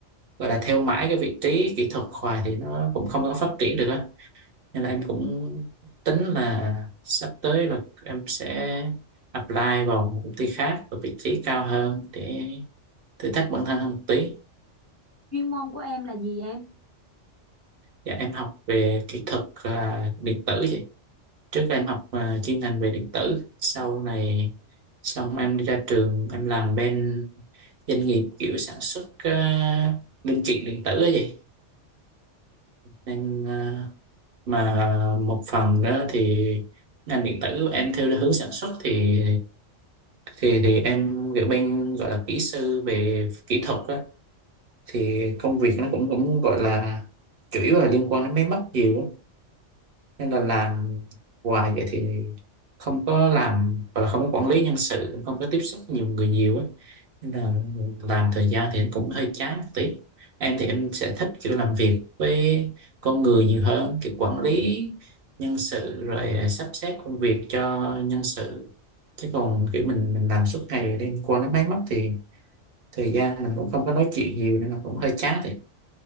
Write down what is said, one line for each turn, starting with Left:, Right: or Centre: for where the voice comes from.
Right: gọi là theo mãi cái vị trí kỹ thuật hoài thì nó cũng không có phát triển được á nên là em cũng tính là sắp tới là em sẽ apply vào một công ty khác ở vị trí cao hơn để thử thách bản thân hơn một tí
Left: chuyên môn của em là gì em
Right: dạ em học về kỹ thuật à, điện tử vậy trước em học à, chuyên ngành về điện tử sau này xong em đi ra trường em làm bên doanh nghiệp kiểu sản xuất à, linh kiện điện tử ấy vậy nên à, mà một phần đó thì ngành điện tử em theo hướng sản xuất thì thì thì em kiểu bên gọi là kỹ sư về kỹ thuật á thì công việc nó cũng cũng gọi là chủ yếu là liên quan đến máy móc nhiều á nên là làm hoài vậy thì không có làm và không có quản lý nhân sự không có tiếp xúc nhiều người nhiều á nên là làm thời gian thì em cũng hơi chán một tí em thì em sẽ thích kiểu làm việc với con người nhiều hơn kiểu quản lý nhân sự rồi sắp xếp công việc cho nhân sự chứ còn kiểu mình mình làm suốt ngày đêm qua nó máy móc thì thời gian mình cũng không có nói chuyện nhiều nên nó cũng hơi chán thì